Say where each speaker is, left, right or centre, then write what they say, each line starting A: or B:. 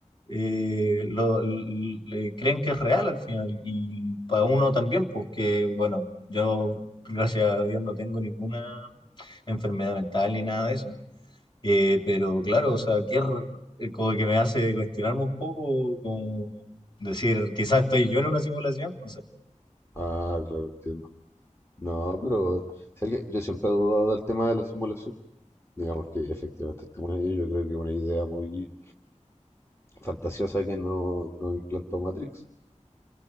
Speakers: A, on the left; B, on the left.
A: eh, lo, l- le creen que es real al final. Y para uno también, pues que, bueno, yo, gracias a Dios, no tengo ninguna enfermedad mental ni nada de eso. Eh, pero claro, o sea, que es r- eh, como que me hace cuestionarme un poco, como decir, quizás estoy yo en una simulación, no sé.
B: Ah, claro, entiendo. No, pero ¿sabes qué? Yo siempre he dudado del tema de la simulación. Digamos que efectivamente estamos ahí. Yo creo que es una idea muy fantasiosa que no, no implantó Matrix.